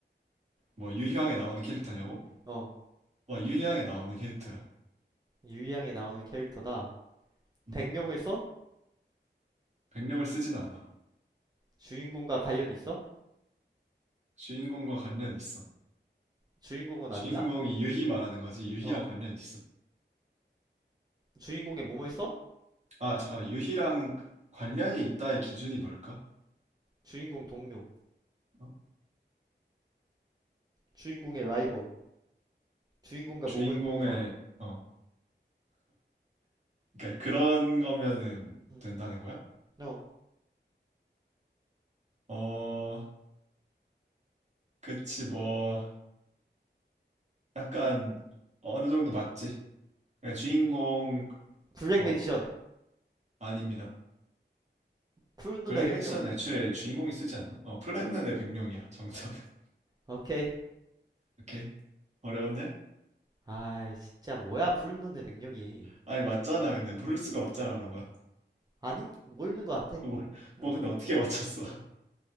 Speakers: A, on the right; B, on the right.
A: 뭐 유희왕에 나오는 캐릭터냐고?
B: 어,
A: 어 유희왕에 나오는 캐릭터야.
B: 유희왕에 나오는 캐릭터다.
A: 음.
B: 백룡을 써?
A: 백령을 쓰진 않아.
B: 주인공과 관련이 있어?
A: 주인공과 관련이 있어.
B: 주인공은
A: 주인공이
B: 아니야?
A: 유희 말하는 거지. 유희랑
B: 어,
A: 관련이 있어.
B: 주인공의 몸을 써?
A: 아, 잠깐만. 유희랑 관련이 있다의 기준이 뭘까?
B: 주인공 동료.
A: 어?
B: 주인공의 라이벌. 주인공과
A: 주인공의
B: 몸을 공유함.
A: 어, 그러니까 그런 거면은
B: 음.
A: 된다는 거야?
B: 어.
A: 어, 그치 뭐 약간 어느 정도 맞지. 그러니까 주인공
B: 블랙
A: 어,
B: 매지션.
A: 아닙니다.
B: 푸른 눈의
A: 블랙
B: 백룡.
A: 매지션 애초에 주인공이
B: 음.
A: 쓰지 않나? 어, 플랜은의 백령이야. 정답은. <laughs>
B: 오케이.
A: 오케이. 어려웠냐?
B: 아이, 진짜 뭐야, 푸른 눈의 백룡이.
A: 아니 맞잖아. 근데 모를 수가 없잖아, 너가.
B: 아니? 뭐 있는 것 같아.
A: 뭐,
B: 어.
A: 뭐 근데 어떻게 맞췄어?